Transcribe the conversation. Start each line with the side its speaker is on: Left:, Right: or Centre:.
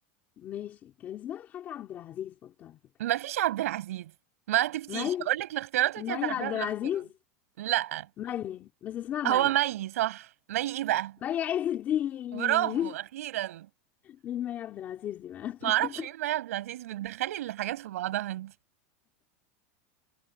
Left: ماشي كان اسمها حاجة عبد العزيز برضه على فكرة
Right: مفيش عبد العزيز ما تفتيش
Left: مي
Right: هقولك الاختيارات وأنت
Left: مي
Right: هتعرفيها
Left: عبد
Right: من
Left: العزيز
Right: الاختيارات لأ
Left: مي بس اسمها مي
Right: هو مي صح مي ايه بقى
Left: مي عز الدين
Right: برافو اخيرا
Left: <laughs> مين مي عبد العزيز دي بقى <laughs>
Right: ما اعرفش مين مي عبد العزيز بتدخلي الحاجات في بعضها انت